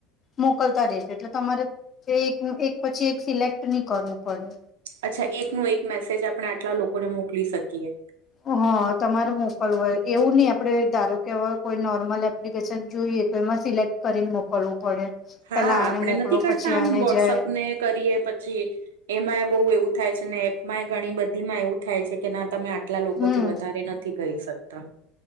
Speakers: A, on the left; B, on the right.
A: મોકલતા રેશે એટલે તમારે, એક-એક પછી એક સિલેક્ટ નહી કરવું પડે.
B: અચ્છા, એક નો એક મેસેજ આપણે આટલા લોકોને મોકલી શકીએ.
A: ઓ.. હા તમારે મોકલવય, એવું નહી આપડે ધારો કેવાય કોઈ નોર્મલ એપ્લિકેશન જોઈએ તો, એમાં સિલેક્ટ કરીને મોકલવું પડે.
B: હા,
A: પેલા
B: આપણે
A: આને મોકલો
B: નથી કરતા
A: પછી
B: આમ
A: આને
B: વોટ્સઅપ
A: જાય
B: ને કરીએ પછી. પી એમાંય બહુ એવું થાય છે ને, એપમાં એ ઘણી બધી માં એવું. થાય છે કે ના તમે આટલા લોકોથી
A: હમ
B: વધારે નથી કરી શકતા.